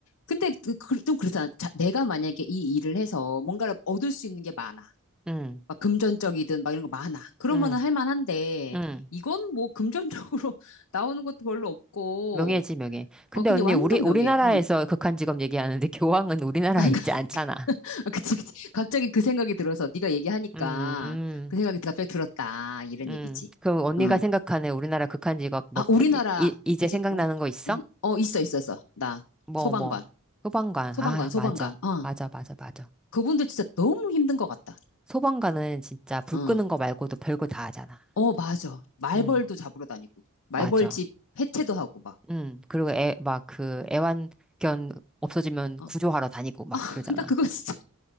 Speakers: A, on the left; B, in the centre.
A: 근데 그- 그- 좀 그렇잖아. 자, 내가 만약에 이 일을 해서 뭔가를 얻을 수 있는 게 많아.
B: 응,
A: 막 금전적이든 막 이런 거 많아. 그러면은
B: 응,
A: 할 만한데
B: 응.
A: 이건 뭐 금전적으로 <laughs> 나오는 것도 별로 없고
B: 명예지, 명예. 근데
A: 어, 근데
B: 언니,
A: 완전
B: 우리, 우리나라에서
A: 명예. 응.
B: 극한 직업 얘기하는데 <laughs> 교황은 우리나라에
A: <laughs>
B: 있지 않잖아.
A: 아, 그치, 그치. 갑자기 그 생각이 들어서 네가 얘기하니까
B: 음,
A: 그 생각이 갑자기 들었다. 이런
B: 음.
A: 얘기지.
B: 그럼 언니가
A: 응.
B: 생각하는 우리나라 극한 직업, 뭐,
A: 아, 우리나라.
B: 생- 이, 이- 이제
A: 그치,
B: 생각나는
A: 우리,
B: 거 있어?
A: 응. 어, 있어, 있었어. 나
B: 뭐,
A: 소방관.
B: 뭐. 소방관.
A: 소방관,
B: 아,
A: 소방관.
B: 맞아.
A: 어.
B: 맞아, 맞아, 맞아.
A: 그분들 진짜 너무 힘든 것 같다.
B: 소방관은 진짜 불
A: 어.
B: 끄는 거 말고도 별거 다 하잖아.
A: 어, 맞아. 말벌도
B: 음,
A: 잡으러 다니고. 말벌집
B: 맞아.
A: 해체도 하고 막.
B: 음, 그리고 애, 막 그 애완견 없어지면
A: 어.
B: 구조하러 다니고 막
A: <laughs>
B: 그러잖아.
A: 나 그거 진짜,